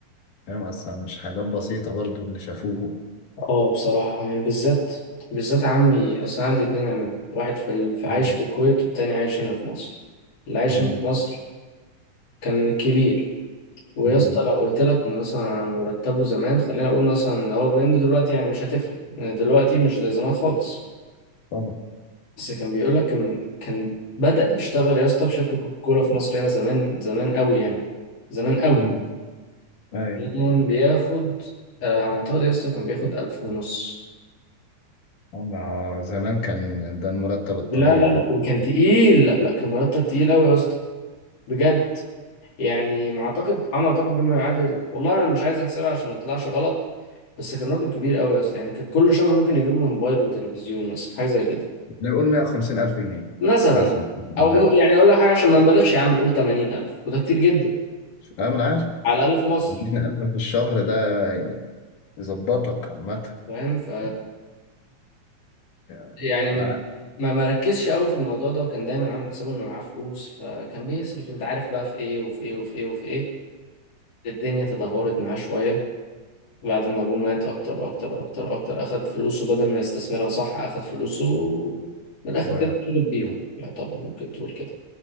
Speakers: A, on the left; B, on the left.
A: فاهم أصلا مش حاجات بسيطة برضو اللي شافوه
B: اه بصراحة يعني بالذات بالذات عمي أصل أنا عندي اتنين عمام واحد في, ال... في عايش
A: مم.
B: في الكويت والتاني عايش هنا في مصر اللي عايش
A: مم.
B: هنا في مصر كان كبير ويا
A: مم.
B: اسطى لو قلت لك مثلا عن مرتبه زمان خلينا نقول مثلا لو هو بيند دلوقتي يعني مش هتفرق يعني دلوقتي مش زي زمان خالص
A: طبعا
B: بس كان بيقول لك كان كان بدأ يشتغل يا اسطى في شركة كوكاكولا في مصر هنا زمان زمان قوي يعني زمان قوي
A: مم. أي
B: كان بياخد آه، على ما أعتقد يا اسطى كان بياخد ألف ونص
A: طبعا آه، زمان كان ده المرتب الطبيعي
B: لا لا لا وكان تقيل لا لا كان مرتب تقيل قوي يا اسطى بجد يعني ما اعتقد عم اعتقد بما يعادل والله انا مش عايز احسبها عشان ما تطلعش غلط بس كان رقم كبير قوي يا اسطى يعني كان كل شهر ممكن يجيب له موبايل وتلفزيون مثلا حاجه زي كده
A: نقول 150 ألف جنيه
B: مثلا
A: مثلا ده
B: او يعني اقول لك حاجه عشان ما نبالغش يا عم قول 80000 وده كتير جدا
A: أنا من عارف
B: على الاقل في مصر
A: 200 ألف في الشهر ده يظبطك عامة
B: فاهم ف
A: يعني
B: يعني
A: أنا
B: من
A: عارف
B: ما مركزش قوي في الموضوع ده وكان دايما عامل حسابه انه معاه فلوس فكان بيصرف انت عارف بقى في ايه وفي ايه وفي ايه وفي ايه الدنيا تدهورت معاه شويه بعد ما ابوه مات اكتر اكتر اكتر اكتر اخد فلوسه بدل ما يستثمرها صح اخد فلوسه من الاخر
A: ضيع
B: كده شرب بيهم يعتبر ممكن تقول كده